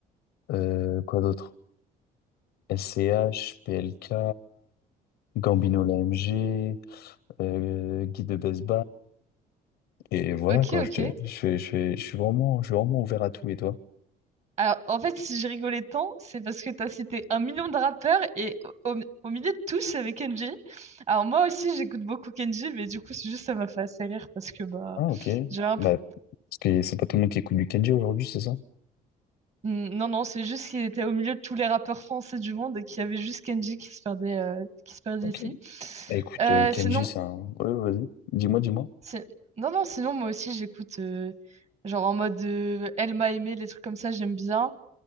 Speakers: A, on the left (about 85°); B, on the right (about 40°).
A: euh, quoi d'autre? SCH, PLK, Gambino l'AMG. euh, guide de best Et voilà,
B: Ok,
A: quoi,
B: ok.
A: je, te- je, fais- je, fais- je suis vraiment, je suis vraiment ouvert à tout, et toi?
B: Alors, en fait, si j'ai rigolé tant, c'est parce que t'as cité un million de rappeurs et au, au- au milieu de tous, avec Kenji. Alors, moi aussi, j'écoute beaucoup Kenji, mais du coup, c'est juste ça m'a fait assez rire parce que, bah,
A: Ah, ok.
B: j'ai un.
A: Bah,
B: pro-
A: parce que c'est pas tout le monde qui écoute du Kenji aujourd'hui, c'est ça?
B: Mm, Non, non, c'est juste qu'il était au milieu de tous les rappeurs français du monde et qu'il y avait juste Kenji qui se perdait, euh, qui se perdait
A: Ok.
B: ici.
A: Bah, écoute,
B: Euh,
A: euh, Kenji,
B: sinon,
A: c'est un... Ouais, vas-y. Dis-moi, dis-moi.
B: c'est- non, non, sinon, moi aussi, j'écoute, euh, genre en mode euh, Elle m'a aimé, les trucs comme ça, j'aime bien.